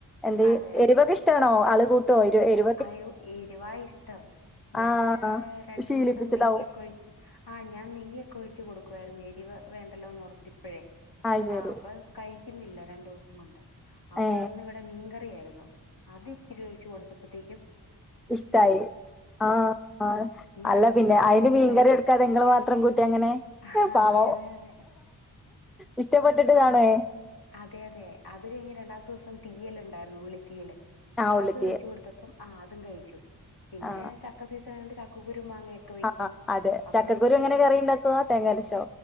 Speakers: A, in the centre; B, on the left.
A: എന്തേ
B: അതെ
A: എരിവൊക്കെഷ്ടണോ ആള് കൂട്ടോ എരു എരു
B: അയോ എരുവായ ഇഷ്ടം ഞാൻ
A: ആ
B: രണ്ടു
A: ശീലിപ്പിച്ചതാവും
B: ദിവസം നെയ്യൊക്കെ ഒഴിച്ച് ആ ഞാൻ നെയ്യൊക്കെ ഒഴിച്ച് കൊടുക്കുായിരുന്നു അതിവ വേണ്ടല്ലോ എന്ന് ഉർത്തി അപ്പഴേ
A: അത് ശരി
B: ആ അപ്പ കഴിക്കുന്നില്ല രണ്ടു ദിവസം കൊണ്ട് അപ്പൊ
A: ഏ
B: അന്ന് ഇവിടെ മീൻ ക എ യിരുന്നു അത് ഇച്ചിരി ഒഴിച്ച് കൊടു അപ്പത്തേക്കും
A: ഇഷ്ടായി ആ ആ അല്ല
B: അടുത്ത
A: പിന്നെ
B: ദിവസം
A: അയിന്
B: തീയലായിരുന്നു
A: മീൻകറി എടുക്കാതെങ്ങൾ മാത്രം കൂട്ടി അങ്ങനെ
B: ആ,
A: പാവ
B: അതെ അതെ അതെ
A: ഇഷ്ടപ്പെട്ടിട്ട്
B: ആ,
A: കാണുവേ
B: അതെ അതെ അത് കഴിഞ്ഞ് രണ്ടാമത്തെ ദിവസം തീയൽുണ്ടായിരുന്നു ഉള്ളി തിയ്യല്
A: ആ ഉള്ളിത്തിയെ
B: അതൊഴിച്ചു കൊടുത്തപ്പം ആ അതും കഴിച്ചു പിന്നെ
A: ആ
B: ചക്കസി ചക്കക്കുരു മാങ്ങയൊക്കെ വെക്കും
A: ആ അതെ
B: അപ്പം
A: ചക്കക്കുരു
B: ഇ
A: എങ്ങനെ കറി ഉണ്ടാക്കുവ തേങ്ങരച്ചോ